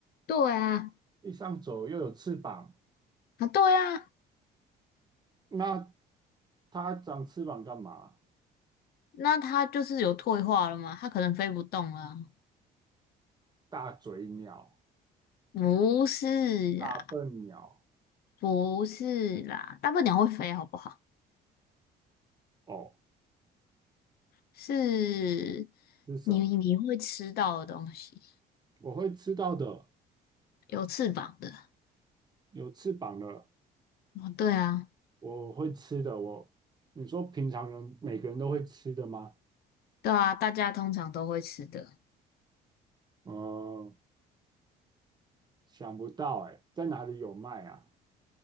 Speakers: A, on the left (about 65°); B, on the right (about 25°).
A: 对啊
B: 地上走又有翅膀，
A: 啊对啊。
B: 那它长翅膀干嘛？
A: 那它就是有退化了吗？它可能飞不动了。
B: 大嘴鸟、
A: 不是啦，
B: 大笨鸟，
A: 不是啦，大笨鸟会飞，好不好？
B: 哦，
A: 是
B: 是什么？
A: 你你会吃到的东西，
B: 我会吃到的，
A: 有翅膀的。
B: 有翅膀的，
A: 哦，对啊，
B: 我会吃的。我，你说平常人每个人都会吃的吗？
A: 对啊，大家通常都会吃的。
B: 呃，想不到哎、在哪里有卖啊？